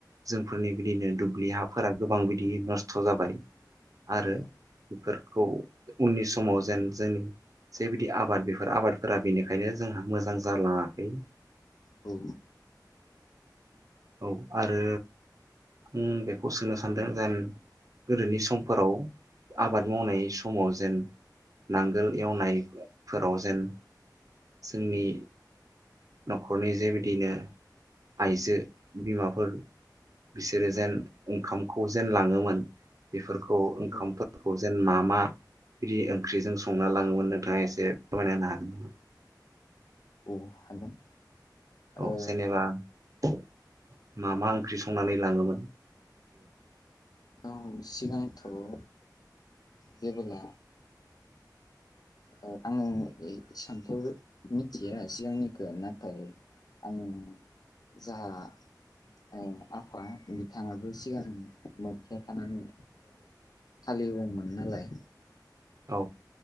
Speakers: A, on the right (about 50°); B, on the left (about 60°).
A: जोंफोरनि बिदिनो दुब्लि हाफोरा गोबां बिदि नस्थ जाबाय आरो
B: औ
A: बेफोर खौ उननि समाव जेन जोंनि जे बिदि आबाद बेफोर आबादफोरा बेनिखायनो जोंहा मोजां जालाङाखै
B: औ
A: औ आरो ओम बेखौ सोंनो सानदों जेन गोदोनि समफोराव आबाद मावनाय समाव जेन नांगोल एवनायफोराव जेन जोंनि नखरनि जे बिदिनो आइजो बिमाफोर बिसोरो जेन ओंखामखौ जेन लाङोमोन बेफोर खौ ओंखामफोरखौ
B: औ
A: जेन मा मा बिदि ओंख्रिजों संना लाङोमोन नोंथाङा एसे फोरमायना होनो हागोन नामा?
B: औ हागोन
A: औ
B: ओ
A: जेनेबा मा मा ओंख्रि संनानै लांङोमोन?
B: औ सिगांथ ओ जेबोला औ आङो ए सान्थौ मिथिया सिगांनिखौ नाथाय आंङो जाहा ओ आफा बिथांङाबो सिगां मोनथिया थानानै हालेवौमोन नालाय
A: औ